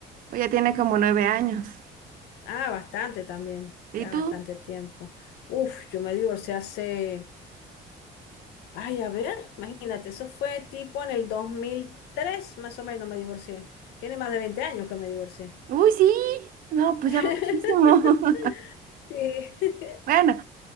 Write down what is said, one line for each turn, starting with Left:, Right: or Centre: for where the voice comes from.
Right: O ya tiene como nueve años.
Left: Ah, bastante también,
Right: ¿Y
Left: ya
Right: tú?
Left: bastante tiempo. Uf, yo me divorcié hace, ay, a ver, imagínate, eso fue tipo en el 2003, más o menos me divorcié. Tiene más de 20 años que me divorcié.
Right: Uy, sí. No, pues
Left: <laughs>
Right: ya muchísimo. <laughs>
Left: Sí, <laughs>
Right: Bueno,